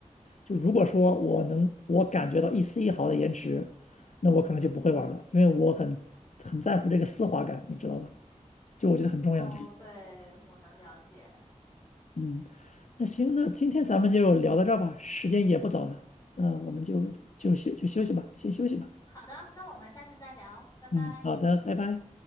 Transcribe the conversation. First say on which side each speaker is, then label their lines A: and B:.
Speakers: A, on the left; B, on the left.
A: 就如果说我能我感觉到一丝一毫的延迟，那我可能就不会玩了，因为我很很在乎这个丝滑感，你知道吧？就我觉得很重要这一点。
B: 哦，对，我能了解。
A: 嗯，那行，那今天咱们就聊到这儿吧，时间也不早了，那我们就就休就休息吧，先休息吧。
B: 好的，那我们下次再聊，拜拜。
A: 嗯，好的，拜拜。